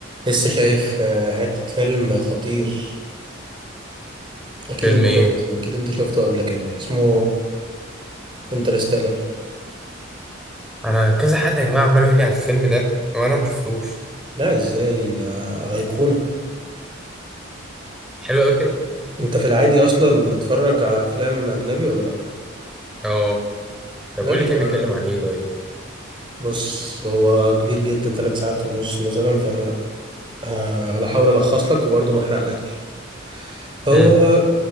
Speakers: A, on the right; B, in the centre.
A: لسه شايف آه، حتة فيلم خطير أكيد
B: فيلم
A: أنت
B: ايه
A: شفته أكيد أنت شفته قبل كده اسمه انترستيلر
B: انا كذا حد يا جماعه عمال يقول لي على الفيلم ده وانا ما شفتوش
A: لا إزاي ده أيقونة
B: حلو قوي كده
A: أنت في العادي أصلا بتتفرج على أفلام أجنبي ولا لأ؟
B: اه طب
A: لا
B: قول لي
A: يبقى
B: كده بيتكلم عن ايه طيب
A: بص هو كبير جدا ثلاث ساعات ونص مثلا فأنا آه، هحاول ألخص لك وبرضه ما أحرقلكش هو
B: امم